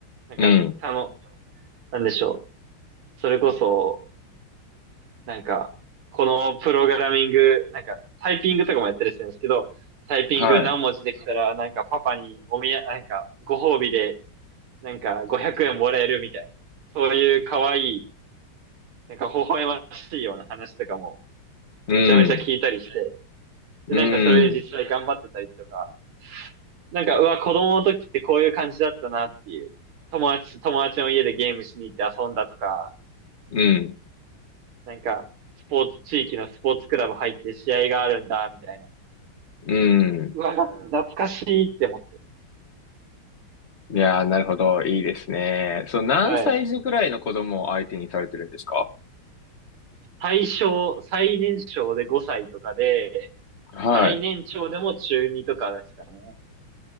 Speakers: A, on the right (about 85°); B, on the left (about 40°).
A: なんか、
B: うん。
A: たの、なんでしょう。それこそ、なんか、このプログラミング、なんか、タイピングとかもやったりするんですけど、タイピング何文字できたら、
B: はい。
A: なんかパパにおみや、なんかご褒美で、なんか500円もらえるみたいな、そういう可愛いなんか微笑ましいような話とかも
B: うん。
A: めちゃめちゃ聞いたりして、
B: う
A: で、なんかそれで実際頑張ってたりとか、
B: ん。
A: なんか、うわ、子供の時ってこういう感じだったなっていう、友達、友達の家でゲームしに行って遊んだとか、
B: うん。
A: なんか、スポーツ、地域のスポーツクラブ入って試合があるんだ、みたいな。
B: うん。
A: うわ、懐かしいって思って。
B: いやー、なるほど。いいですね。そう、何歳児くらいの子供を相手にされてるんですか
A: はい。最小、最年少で5歳とかで、
B: はい。
A: 最年長でも中二とかですかね。